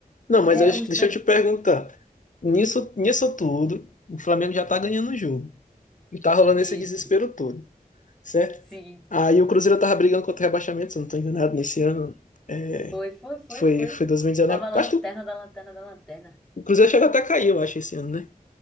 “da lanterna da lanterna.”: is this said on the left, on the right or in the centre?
Centre